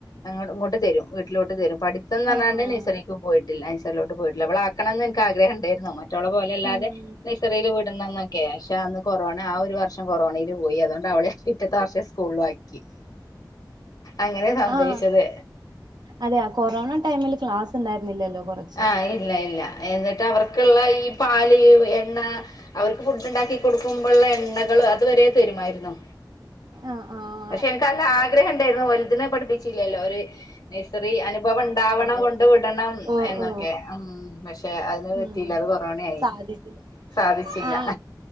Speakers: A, on the left; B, on the right.
A: ങ്ങട് ഇങ്ങോട്ട് തെരും വീട്ടിലോട്ട് തെരും പഠിത്തന്ന് പറഞ്ഞാണ്ട്
B: ആഹ്
A: നേഴ്സറീക്ക്‌ പോയിട്ടില്ല നേഴ്സറിലോട്ട് പോയില്ല അവളാ ക്കണന്ന് ഇൻക്ക് ആഗ്രഹം ഇണ്ടാരുന്നതാണ്. മറ്റോളെ പോലെ അല്ലാതെ
B: ഉം
A: നേഴ്സറില് വിടണന്നൊക്കെ പക്ഷേ അന്ന് കൊറോണ ആ ഒര് വർഷം കൊറോണയിലും പോയി അതോണ്ട് അവളെ പിറ്റത്തെ വർഷം സ്കൂളിലും ആക്കി. അങ്ങനെ സംഭവിച്ചത്.
B: ആഹ് അതെ കൊറോണ ടൈമില് ക്ലാസ് ഉണ്ടായിരുന്നില്ലല്ലോ കൊറെ.
A: ആഹ് ഇല്ല ഇല്ല. എന്നിട്ട് അവർക്ക്‌ള്ള ഈ പാല് എണ്ണ അവർക്ക് ഫുഡ് ഉണ്ടാക്കി കൊടുക്കുമ്പോളുള്ള എണ്ണകള് അതുവരെ തെരുമായിരുന്നു.
B: ആഹ് ആ.
A: പക്ഷെ എനക്ക് നല്ല ആഗ്രഹം ഉണ്ടായിരുന്നു വല്തിനെ പഠിപ്പിച്ചില്ലല്ലോര്. നഴ്സറി അനുഭവം ഇണ്ടാവണം,
B: അതെ
A: കൊണ്ട് വിടണം,
B: ഓ
A: എന്നൊക്കെ.
B: ഓ
A: ഉം പ ക്ഷെ അതിന് പറ്റിയില്ല,
B: ഉം
A: അത് കൊറോണയായി
B: സാധിച്ചില്ല
A: സാധിച്ചില്ല.
B: ആഹ്